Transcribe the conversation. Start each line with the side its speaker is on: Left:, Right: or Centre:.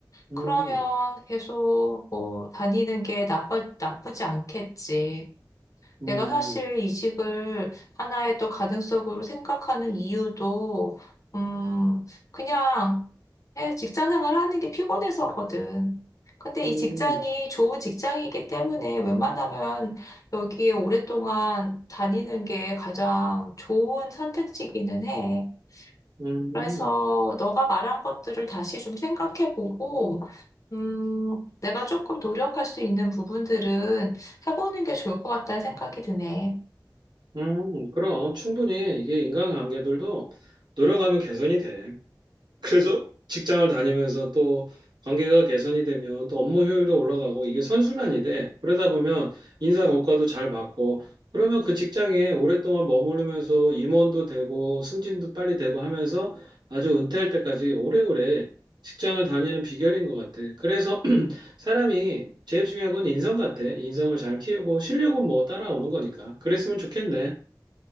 Right: 음,
Left: 그러면 계속 뭐 다니는 게 나빠, 나쁘지 않겠지.
Right: 음,
Left: 내가 사실 이직을 하나의 또 가능성으로 생각하는 이유도, 음, 그냥 예, 직장 생활을 하는 게 피곤해서거든. 근데 이
Right: 음.
Left: 직장이 좋은 직장이기 때문에 웬만하면 여기에 오랫동안 다니는 게 가장 좋은 선택지기는 해.
Right: 음.
Left: 그래서 너가 말한 것들을 다시 좀 생각해보고, 음, 내가 조금 노력할 수 있는 부분들은 해보는 게 좋을 것 같다는 생각이 드네.
Right: 음, 그럼 충분히 이게 인간관계들도 노력하면 개선이 돼. 그래서 직장을 다니면서 또 관계가 개선이 되면 또 업무 효율도 올라가고 이게 선순환이 돼. 그러다 보면 인사 고과도 잘 받고 그러면 그 직장에 오랫동안 머무르면서 임원도 되고 승진도 빨리 되고 하면서 아주 은퇴할 때까지 오래오래 직장을 다니는 비결인 것 같아. 그래서 <clears throat> 사람이 제일 중요한 건 인성 같아. 인성을 잘 키우고 실력은 뭐 따라오는 거니까. 그랬으면 좋겠네.